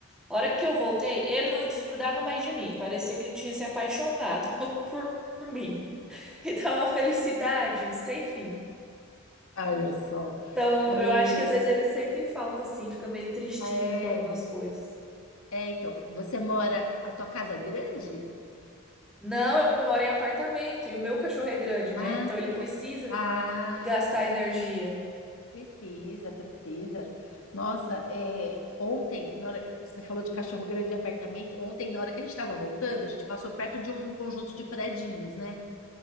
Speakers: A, in the centre; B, on the left.
A: A hora que eu voltei, ele não desgrudava mais de mim, parecia que tinha se apaixonado <laughs> por, por mim. Então, uma felicidade sem fim.
B: olha só.
A: Então,
B: E
A: eu acho que às vezes eles sentem falta, assim, fica meio tristinho
B: é,
A: com algumas coisas.
B: é, então, você mora, a tua casa é grande?
A: Não, eu moro em apartamento e o meu cachorro é grande,
B: Ah,
A: né? Então ele precisa
B: ah,
A: gastar energia.
B: precisa, precisa. Nossa, é, ontem, na hora- você falou de cachorro grande e apartamento. Ontem, na hora que a gente estava voltando, a gente passou perto de um conjunto de predinhos, né?